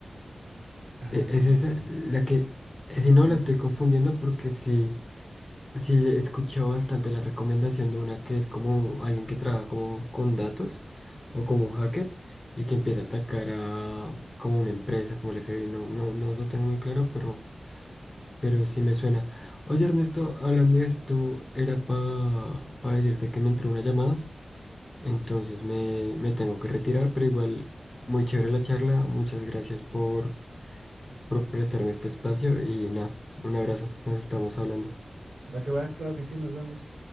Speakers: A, on the right (about 50°); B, on the left (about 30°).
A: en
B: E-
A: la
B: Es
A: compañía.
B: esa la que, si no,
A: Ujú.
B: la estoy confundiendo porque sí. Sí, he escuchado bastante la recomendación de una que es como alguien que trabaja como con datos o como hacker y que empieza a atacar a como una empresa, como el FBI. No, no, no lo tengo muy claro, pero, pero sí me suena. Oye, Ernesto, hablando de esto, era para decirte que me entró una llamada, entonces me, me tengo que retirar, pero igual muy chévere la charla. Muchas gracias por, por prestarme este espacio y nada, un abrazo, nos estamos hablando.
A: Va que va, claro que sí, nos vemos.